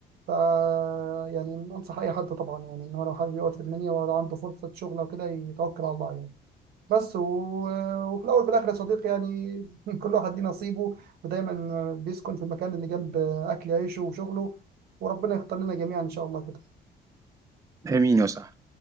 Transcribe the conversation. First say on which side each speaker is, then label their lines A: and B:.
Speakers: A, on the right; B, on the right.
A: ف يعني انصح اي حد طبعا يعني ان هو لو حابب يقعد في المنيا ولو عنده فرصه شغل او كده يتوكل على الله يعني بس و... وفي الاول وفي الاخر يا صديقي يعني <laughs> كل واحد ليه نصيبه ودايما بيسكن في المكان اللي جنب اكل عيشه وشغله وربنا يختار لنا جميعا ان شاء الله كده
B: امين يا صاحبي